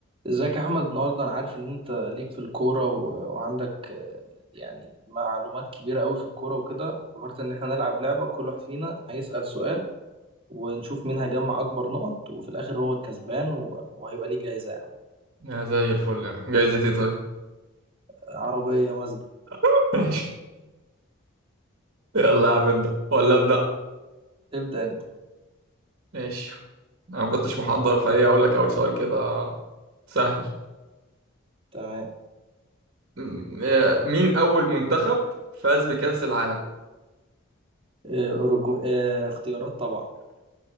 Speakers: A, on the right; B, on the right.
A: ازيك يا احمد النهارده انا عارف ان انت ليك في الكوره و... وعندك آه، يعني معلومات كبيره قوي في الكوره وكده فكرت ان احنا نلعب لعبه كل واحد فينا هيسأل سؤال ونشوف مين هيجمع اكبر نقط وفي الاخر هو الكسبان و... وهيبقى ليه جايزه يعني
B: يا زي الفل يعني جايزة ايه طيب
A: عربيه مازدا
B: <laughs> ماشي يلا يا عم ابدأ ولا ابدأ
A: ابدأ انت
B: ماشي انا ما كنتش محضر فهي اقول لك اول سؤال كده سهل
A: تمام
B: م- آه، مين اول منتخب فاز بكأس العالم
A: آه، أورجو... آه، اختيارات طبعا